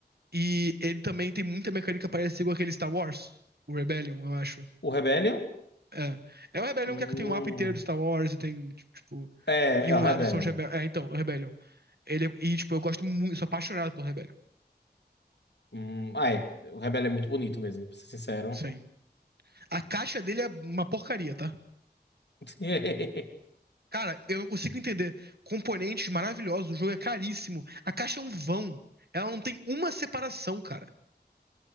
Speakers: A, on the right (about 70°); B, on the left (about 85°).
A: E ele também tem muita mecânica parecida com aquele Star Wars, o Rebellion, eu acho.
B: O Rebellion?
A: É. É o Rebellion
B: Hum.
A: que é que tem um mapa inteiro do Star Wars e tem, tipo.
B: É,
A: E
B: é
A: um
B: o Rebellion.
A: lado são os Rebellion. É, então, o Rebellion. Ele, é- e, tipo, eu gosto muito, sou apaixonado pelo Rebellion.
B: Hum. Ah, é. O Rebellion é muito bonito mesmo, pra ser sincero.
A: Sim. A caixa dele é uma porcaria, tá?
B: <laughs>
A: Cara, eu não consigo entender. Componentes maravilhosos, o jogo é caríssimo. A caixa é um vão. Ela não tem uma separação, cara.